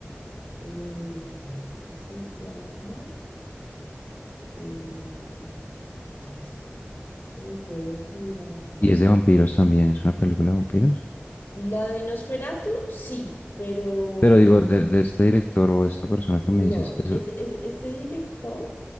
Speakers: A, on the left; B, on the left.
A: eh, ¿cómo es que se llama? Eh, ay, ¿cómo se me puede olvidar?
B: Y es de vampiros también, es una película de vampiros.
A: La de Nosferatu, sí, pero
B: Pero digo, de, de este director o esta persona
A: No,
B: que me dices, eso
A: es, es- este director